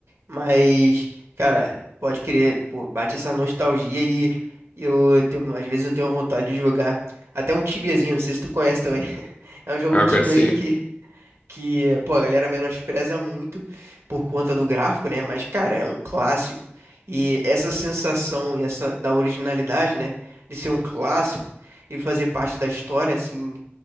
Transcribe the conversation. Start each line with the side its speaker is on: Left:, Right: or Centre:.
Right: Mas, cara, pode querer, pô, bate essa nostalgia e eu tenho, às vezes eu tenho vontade de jogar até um Tibiazinho, não sei se tu conhece também. <laughs> É um jogo
Left: É
Right: antigo
Left: uma coisa assim.
Right: aí que que, pô, a galera menospreza muito por conta do gráfico, né? Mas, cara, é um clássico. E essa sensação e essa da originalidade, né? De ser um clássico e fazer parte da história, assim,